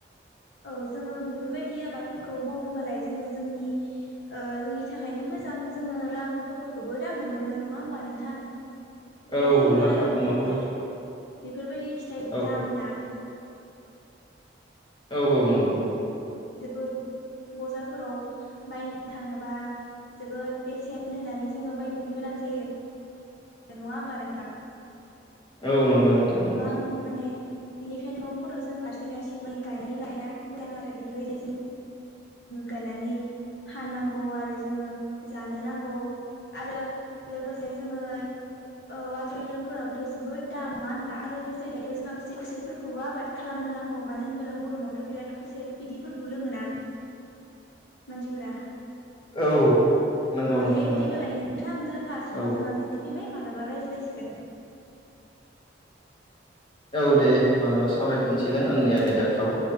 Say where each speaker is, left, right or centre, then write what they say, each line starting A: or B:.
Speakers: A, on the left; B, on the left.
A: औ जोङो बेफोरबायदि आबादफोरखौ मावोबालाय जोङो जोंनि ओ जोंनि थाखायनो मोजां जोङो रां रुफाफोरखौबो दांनो मोनो नङा ओमबा नोंथां
B: औ
A: मानो होनबोला
B: नाखा न'खर
A: बेफोरबायदि फिथाइ
B: औ
A: दामना
B: औ औ नंगौ
A: जोबोद बजारफोराव बायनो थाङोबा जोबोद बेसेन होनानै जोङो बायनो गोनां जायो। नङा ओमबा नोंथां
B: औ नंगौ नोंथां नंगौ
A: गोबां माने बिनिखायनो न'फोराव जों हारसिं हारसिं गायनाय लाया मोजां आरो बेबायदि जों <unintelligible> गायनानै फाननांगौ आरो जोङो जानो नांगौ। आरो लोगोसे जोङो औ वाटारमेलनफोराबोथ' जोबोद दाम नङा होनबा आरो लोगोसे दाथ' जोंना खुसेरफोरखौबो आबाद <unintelligible> खालामनो नांगौ मानो होनबोला गरमावथ' बिराद खुसेर बिदिफोरखौ लोङोना मानसिफोरा
B: औ नंगौ नोंथां
A: दे बिदिबालाय
B: नंगौ
A: नों नोंथां जोंहा समा
B: औ
A: जानानै फैबाय मालाबा रायज्लायसिगोन।
B: औ दे मालाबा सावरायफिनसिगोन उननि आयदाफ्राव।